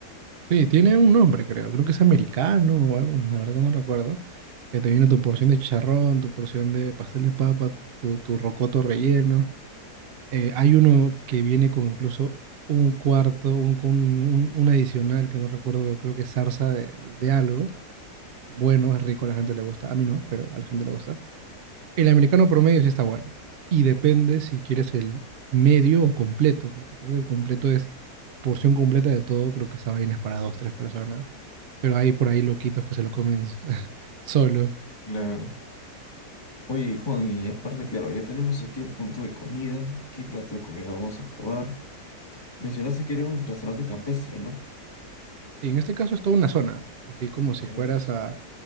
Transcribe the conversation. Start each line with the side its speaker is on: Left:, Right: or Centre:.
Right: Sí, tiene un nombre, creo. Creo que es americano o algo, la verdad que no recuerdo. Que te viene tu porción de chicharrón, tu porción de pastel de papa, tu, tu rocoto relleno. Eh, hay uno que viene con incluso un cuarto, un, con un, un adicional que no recuerdo, creo que es zarza de, de algo. Bueno, es rico, a la gente le gusta. A mí no, pero a la gente le gusta. El americano promedio sí está bueno. Y depende si quieres el medio o completo, porque creo que el completo es porción completa de todo. Creo que esa vaina es para dos, tres personas. Pero hay por ahí loquitos que se lo comen <laughs> solos.
Left: Claro. Oye, Juan, y aparte, claro, ya tenemos aquí el punto de comida. ¿Qué plato de comida vamos a probar? Mencionaste que era un restaurante campestre, ¿no?
Right: Y en este caso es toda una zona, así como
Left: A
Right: si
Left: todos.
Right: fueras a,